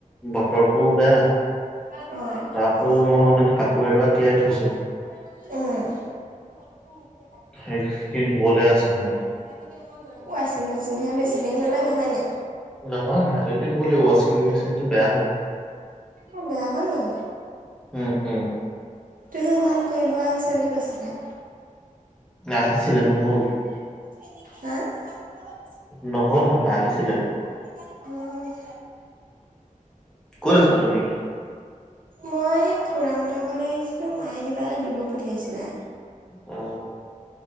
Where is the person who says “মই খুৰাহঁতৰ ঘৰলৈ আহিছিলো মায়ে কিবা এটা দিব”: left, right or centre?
Right